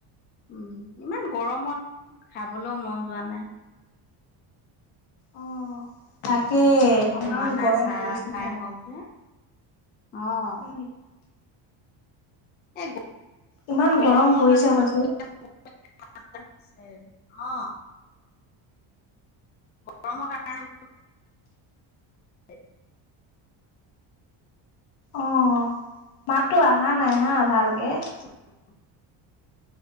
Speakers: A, on the left (about 20°); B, on the left (about 75°).
A: উম, ইমান গৰমত খাবলৈও মন যোৱা নাই।
B: অ তাকে
A: বেছি সময়
B: ইমান
A: হোৱা নাই
B: গৰম
A: চাহ
B: পৰিছে
A: খাই হল যে অ'।
B: উম
A: এই
B: ইমান
A: গৰমৰ
B: গৰম পৰিছে
A: কাৰণে
B: কৈছো
A: <unintelligible> অ'। গৰমৰ কাৰণে <unintelligible>
B: অ মাততো অহা নাই হা ভালকে।
A: <unintelligible>